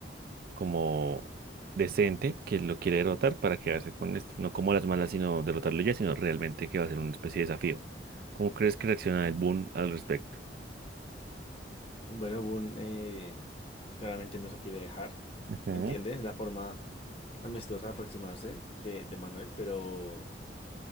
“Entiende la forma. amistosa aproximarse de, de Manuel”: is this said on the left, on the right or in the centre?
Left